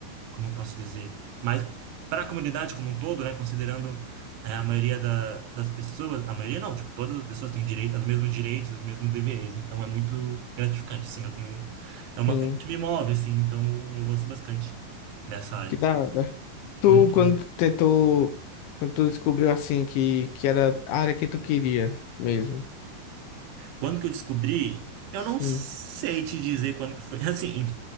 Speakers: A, on the right (about 90°); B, on the left (about 85°).
A: como eu posso dizer, mais para a comunidade como um todo, né? Considerando é, a maioria da, das pessoas, a maioria não, tipo, todas as pessoas têm direito, os mesmos direitos, os mesmos deveres, então é muito gratificante, assim, eu tenho, é uma
B: enfim,
A: coisa que me move, assim, então eu gosto bastante dessa área.
B: que da hora. Tu,
A: Uhum.
B: quando tentou, quando tu descobriu assim que, que era a área que tu queria mesmo.
A: Quando que eu descobri? Eu
B: Sim.
A: não sei te dizer quando que foi. <laughs> Assim,